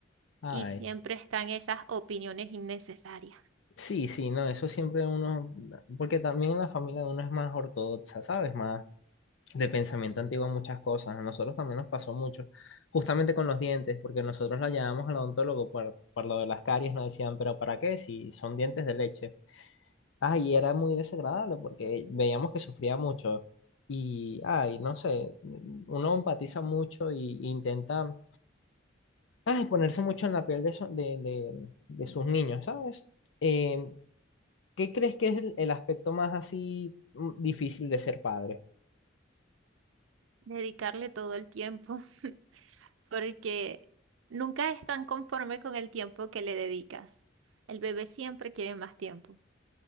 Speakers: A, on the left (about 75°); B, on the right (about 80°).
A: ay.
B: Y siempre están esas opiniones innecesarias.
A: Sí, sí, no, eso siempre uno, porque también la familia de uno es más ortodoxa, ¿sabes? Más de pensamiento antiguo en muchas cosas. A nosotros también nos pasó mucho, justamente con los dientes, porque nosotros la llamamos al odontólogo por, por lo de las caries, nos decían, pero ¿para qué? Si son dientes de leche. Ay, y era muy desagradable porque veíamos que sufría mucho. Y, ay, no sé, uno empatiza mucho y, y intenta, ay, ponerse mucho en la piel de, eso- de, de- de sus niños, ¿sabes? Eh, ¿qué crees que es el, el aspecto más así mm, difícil de ser padre?
B: Dedicarle todo el tiempo, <laughs> porque nunca están tan conforme con el tiempo que le dedicas. El bebé siempre quiere más tiempo.